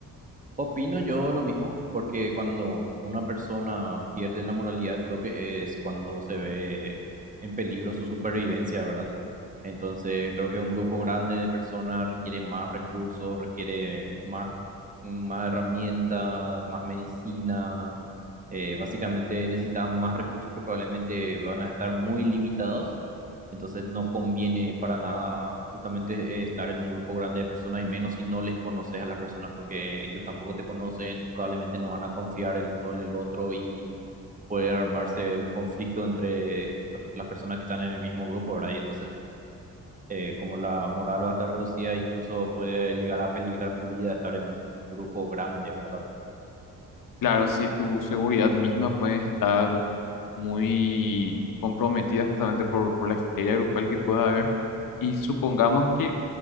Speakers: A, on the right; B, on the left.
A: Opino yo lo mismo, porque cuando una persona pierde la moralidad, creo que es cuando se ve en peligro su supervivencia, ¿verdad? Entonces, creo que un grupo grande de personas requiere más recursos, requiere más, más herramientas, más medicina. eh, básicamente necesitan más recursos que probablemente van a estar muy limitados Entonces no conviene para nada justamente eh, estar en un grupo grande de personas y menos si no les conoces a las personas porque ellos tampoco te conocen, probablemente no van a confiar el uno en el otro y puede armarse un conflicto entre los- las personas que están en el mismo grupo, ¿verdad? Y entonces eh, como la moral va a estar reducida, incluso puede llegar a peligrar tu vida estar en un grupo grande, ¿verdad?
B: Claro, si tu seguridad misma puede estar muy comprometida justamente por, por la histeria grupal que pueda haber. Y supongamos que